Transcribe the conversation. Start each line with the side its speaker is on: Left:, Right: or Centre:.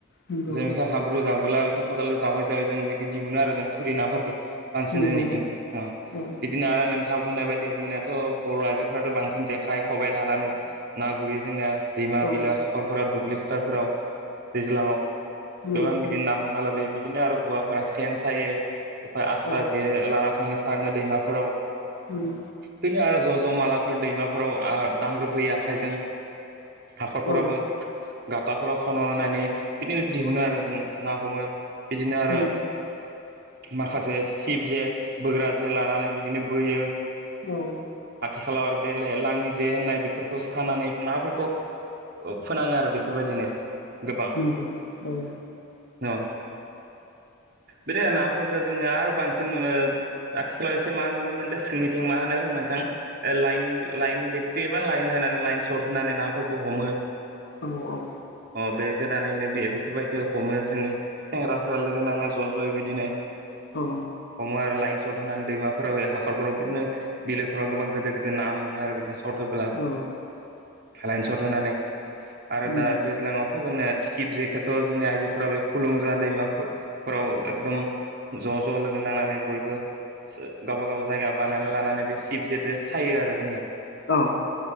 Left: नंगौ
Right: जों बेखौ हाब्रु जाबोला बेखौ खदालजों जावै जावै जोङो बिदि दिहुनो आरो जों थुरि नाफोरखौ बांसिन
Left: नंगौ
Right: जोंनिथिं अ
Left: औ
Right: बिदिनो आरो नोंथाङा बुंनाय बायदि जोंनियाथ' बर' आइजोफ्राथ' बांसिन जेखाइ खबाइ लानानै ना गुरि जोंनिया दैमा
Left: औ
Right: बिलो हाखरफोराव दुब्लि फोथारफोराव दैज्लाङाव
Left: नंगौ
Right: गोबां बिदि ना हमना लाबोयो बिदिनो आरो हौवाफोरा सेन सायो आस्रा
Left: औ
Right: जे लाना थाङो सारनो दैमाफोराव
Left: उम
Right: बेनो आरो ज' ज' मालाफोर दैमाफोराव दांग्रोबहैयो आखाइजों हाखरफोराबो
Left: औ
Right: गाथाफोराव खन' लनानै बिदिनो दिहुनो आरो जों ना हमो बिदिनो आरो
Left: नंगौ
Right: माखासे सिब जे बोग्रा जे लानानै बिदिनो बोयो
Left: औ
Right: आथिखालाव आरो बे लाङि जे होननाय बेफ खौ सानानै नाफोरखौ फोनाङो आरो बेफोरबायदिनो गोबां
Left: नंगौ औ
Right: <inaudible> औ बिदिनो नाफोरखौ जोंनिया आरो बांसिन आथिखालाव एसे मा नुनो मोनदों सोंनिथिं मा होनो नोंथां लाइन लाइन बेट्रि एबा लाइन होनानै लाइन सर्ट होनानै नाफोरखौ हमो
Left: औ-औ
Right: अ बे गोदानैनो बे बेफोरबायदि हमो जोंनि सेंग्राफोरा लोगो नांनाय ज' ज' बिदिनो
Left: औ
Right: हमो आरो लाइन सट होनानै दैमाफोराव हाखरफोराव बिदिनो बिलोफोराव गोबां गिदिर गिदिर ना मोनो आरो बिदिनो सथ होब्ला
Left: औ
Right: लाइन सट होनानै आरो
Left: उम
Right: दा दैज्लाङाव दाथ' जोंना सिब जेखौथ' जोंनि आइजोफोरा बे फुलुंजा दैमाफोराव एकदम ज' ज' लोगो नांनानै बयबो गावबा गाव जायगायाव बानायना लानानै बे सिब जेदो सायो आरो जोङो
Left: औ